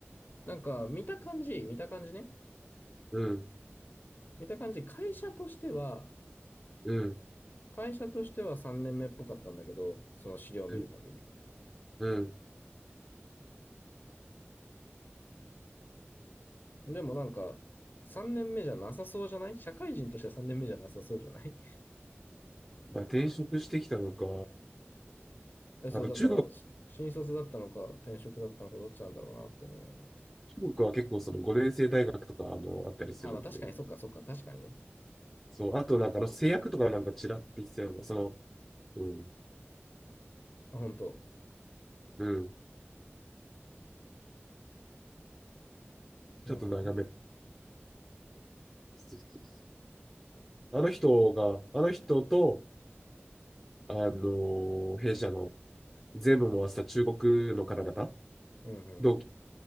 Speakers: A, on the left; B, in the centre.
A: なんか、見た感じ、見た感じね。
B: うん、
A: 見た感じ、会社としては、
B: うん、
A: 会社としては3年目っぽかったんだけど、その資料を見る限り。
B: うん、うん。
A: でもなんか、3年目じゃなさそうじゃない社会人としては3年目じゃなさそうじゃない
B: まあ、転職してきたのか、
A: <laughs> えそう、
B: あと中国、
A: だから、し新卒だったのか、転職だったのか、どっちなんだろうなって思いながら。
B: 中国は結構その五年生大学とかあのあったりするんで、
A: あ、まあ確かに、そっかそっか、確かにね。
B: そう、あとなんかあの製薬とかなんかちらって言ってたような、その、うん、
A: あ、本当。
B: うん、
A: なるほどね。
B: ちょっと長め。そうそうそうあの人が、あの人と、あのー弊社の全部回した中国の方々、
A: うんうん。
B: 同期